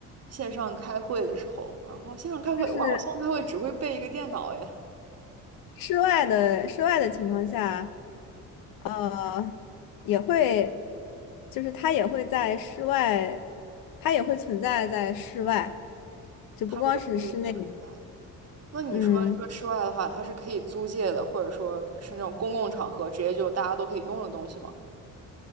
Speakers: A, on the right; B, on the left.
A: 线上开会的时候，然后线上开会，
B: 就是
A: 哇，我线上开会只会备一个电脑哎，
B: 室外的室外的情况下。呃，也会，就是它也会在室外，它也会存在在室外，
A: <laughs>
B: 就不光是室内。
A: 它也会在那你说这个室外的话，
B: 嗯
A: 它是可以租借的，或者说是那种公共场合直接就大家都可以用的东西吗？